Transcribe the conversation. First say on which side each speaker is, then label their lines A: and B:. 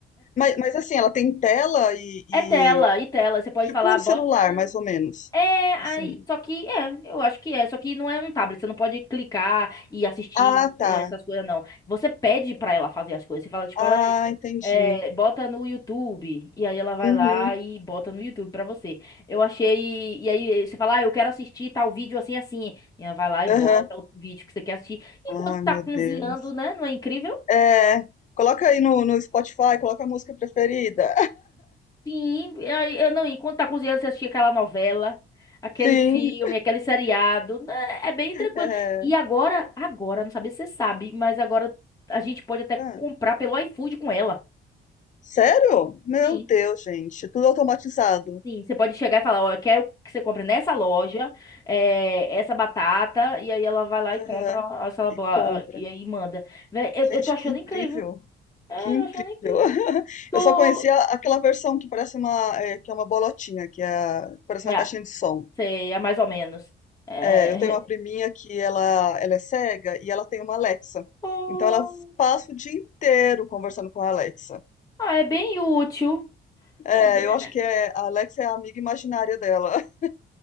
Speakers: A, on the left; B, on the left.
A: Mas, mas assim, ela tem tela e,
B: É tela,
A: e-
B: e tela. Você pode
A: tipo
B: falar,
A: um
B: "Ah,
A: celular,
B: bota
A: mais ou menos.
B: É, aí,
A: Assim.
B: só que é, eu acho que é, só que não é um tablet, você não pode clicar e assistir
A: Ah,
B: é,
A: tá.
B: essas coisas, não. Você pede pra ela fazer as coisas, você fala, tipo,
A: Ah,
B: Alexa,
A: entendi.
B: é, bota no YouTube, e aí ela vai
A: Uhum.
B: lá e bota no YouTube pra você. Eu achei, e aí você fala, ah, eu quero assistir tal vídeo assim, assim, e ela vai lá e
A: Aham.
B: bota o vídeo que você quer assistir, enquanto
A: Ai,
B: tá
A: meu
B: cozinhando,
A: Deus.
B: né, não é incrível?
A: É, coloca aí no, no Spotify, coloca a música preferida.
B: Sim, e eu não, enquanto tá cozinhando, você assistia aquela novela, aquele
A: <laughs> Sim.
B: filme, aquele seriado. né, É bem tranquilo.
A: É.
B: E agora, agora, não sabia se você sabe, mas agora a gente pode até
A: Ah,
B: comprar pelo iFood com ela.
A: sério? Meu
B: Sim,
A: Deus, gente. Tudo automatizado.
B: sim. Você pode chegar e falar, ó, eu quero que você compre nessa loja, eh, essa batata, e aí ela vai lá e
A: Aham.
B: compra essa
A: E
B: blá,
A: compra.
B: e aí manda. Véi, eu,
A: Gente,
B: eu tô achando
A: que incrível.
B: incrível. É,
A: Que incrível!
B: eu tô achando incrível.
A: <laughs>
B: Tu.
A: Eu só conhecia aquela versão que parece uma, eh, que é uma bolotinha, que é, a- que parece uma caixinha
B: É,
A: de som.
B: sei, é mais ou menos. É.
A: É, eu tenho uma priminha que ela, ela é cega e ela tem uma Alexa.
B: <laughs>
A: Então ela passa o dia inteiro conversando com a Alexa.
B: Ah, é bem útil.
A: É,
B: É bem-
A: eu acho que é, a Alexa é a amiga imaginária dela. <laughs>